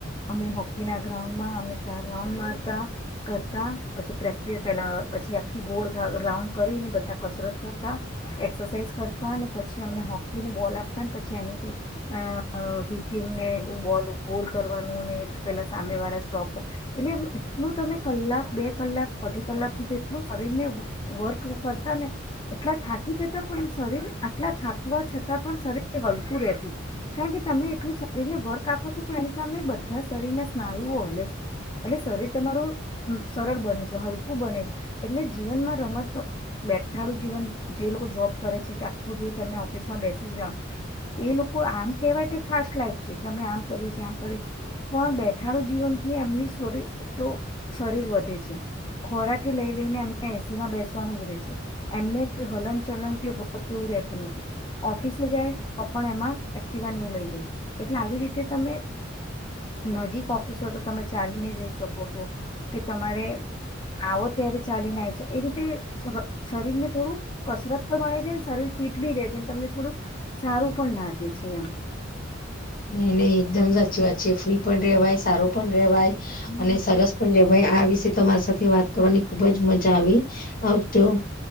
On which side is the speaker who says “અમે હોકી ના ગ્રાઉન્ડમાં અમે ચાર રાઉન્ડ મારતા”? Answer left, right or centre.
Left